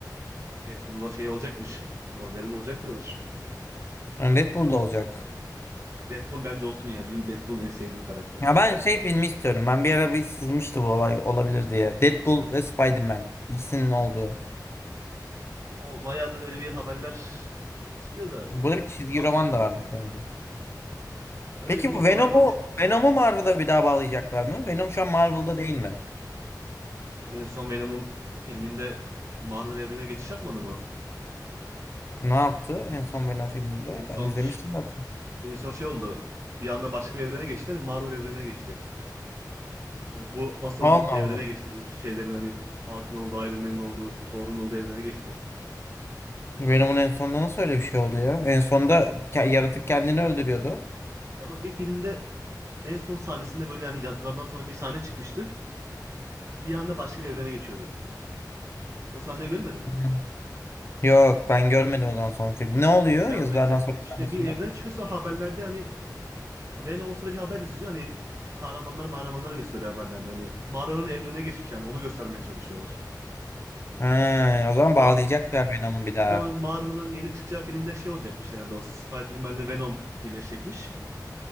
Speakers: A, on the right; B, on the left.
A: Deadpool'da şey olacakmış. Wolverine olacak diyorlar.
B: Yani Deadpool'da olacak.
A: Ya Deadpool bence olsun ya. Benim Deadpool en sevdiğim karakter.
B: Ya ben şey filmi istiyorum. Ben bir ara bir sızmıştı bu olay olabilir diye. Deadpool ve Spider-Man. İkisinin olduğu.
A: O bayağıdır öyle bir haberler çıkıyor da
B: Böyle bir çizgi
A: sanmıyorum
B: roman da varmış
A: yani.
B: galiba.
A: Öyle
B: Peki
A: bir film
B: bu
A: kolay
B: Venom'u
A: kolay çıkmaz yani.
B: Venom'u Marvel'a bir daha bağlayacaklar mı? Venom şu an Marvel'da değil mi?
A: En son Venom'un filminde Marvel evrenine geçiş yapmadı mı?
B: Ne yaptı en son Venom filminde?
A: En son
B: Ben izlemiştim aslında.
A: en son şey oldu. Bir anda başka bir evrene geçti. Hani Marvel evrenine geçti. Hani bu asıl
B: Allah
A: evrene
B: Allah.
A: geçti. Bu şeylerin hani Hulk'ın olduğu, Iron Man'in olduğu, Thor'un olduğu evrene geçti.
B: Venom'un en sonunda nasıl öyle bir şey oldu ya? En sonunda ke- yaratık kendini öldürüyordu.
A: Ama bir filmde en son sahnesinde böyle yani yazılardan sonra bir sahne çıkmıştı. Bir anda başka bir evrene geçiyordu. O sahneyi görmedin mi?
B: Hı. Yok ben görmedim o zaman son film. Ne oluyor
A: Ya Ben
B: yazılardan
A: onu izledim.
B: sonraki
A: İşte
B: sahnesinde?
A: bir evren çıkıyorsa haberlerde hani Venom o sıra bir haber izliyor. Hani kahramanlar mahramanları gösteriyor haberlerde. Hani Marvel'ın evrene geçmiş yani onu göstermeye çalışıyorlar.
B: Ha, o zaman
A: Hatta
B: bağlayacaklar Venom'u bir daha.
A: zaten Marvel'ın yeni çıkacağı filmde şey olacakmış herhalde o Spider-Man'le Venom birleşecekmiş.